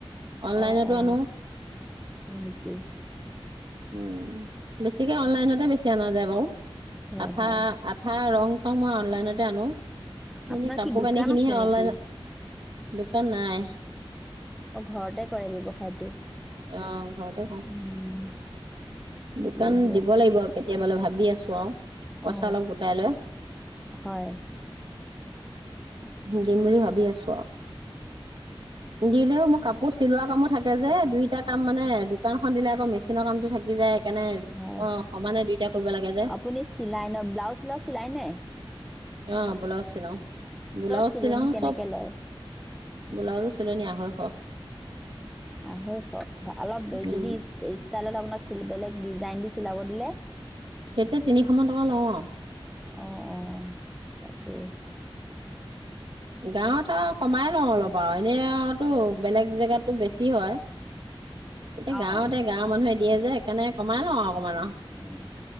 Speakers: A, on the right (about 60°); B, in the centre.
A: অনলাইনতো
B: অ অ
A: আনো।
B: হয় নেকি?
A: উম বেছিকে অনলাইনতে বেছি এতিয়া নাযায় বাৰু
B: হয়
A: আঠা
B: হয়
A: আঠা ৰং চব মই অনলাইনতে আনো। এনে
B: আপোনাৰ
A: কাপোৰ
B: কি দোকান
A: কানি খিনিহে
B: আছে নেকি?
A: অনলাইন দোকান নাই।
B: অ ঘৰতে কৰে ব্যৱসায়টো
A: অ ঘৰতে কওঁ
B: উম। ঠিকেই
A: দোকান
B: দিয়ক
A: দিব লাগিব কেতিয়া তেতিয়া বোলে ভাবি আছোঁ আৰু পইচা
B: অ
A: অলপ গোটাই লৈ
B: হয়
A: অ দিম বুলি ভাবি আছো আৰু দিলেও মোৰ কাপোৰ চিলোৱা কামো থাকে যে দুইটা কাম মানে দোকানখন দিলে আকৌ মেচিনৰ কামতটো থাকি যায় সেইকাৰণে
B: হয়
A: অ সমানে দুইটা কৰিব লাগে যে
B: আপুনি চিলাই ন ব্লাউজ চালাউজ চিলায় নে?
A: অ বলাউছ চিলাও ব্লাউজ
B: চিলনি
A: চিলাও
B: কেনেকৈ
A: চব
B: লয়
A: ব্লাউজো চিলনি আঢ়ৈশ
B: আঢ়ৈশ অলপ
A: উম
B: যদি ষ্টাইলত আপোনাক বেলেগ ডিজাইন দি চিলাব দিলে
A: তেতিয়া তিনিশ মান টকা লওঁ
B: অ অ তাকে
A: গাঁৱত আৰু কমাই লওঁ অলপ ব এনে আৰুতো বেলেগ জেগাতো বেছি কি হয় এতিয়া
B: অঁ
A: গাঁৱতে গাঁৱৰ মানুহে দিয়ে যে সেইকাৰণে কমাই ল আৰু অকমান আৰু
B: উম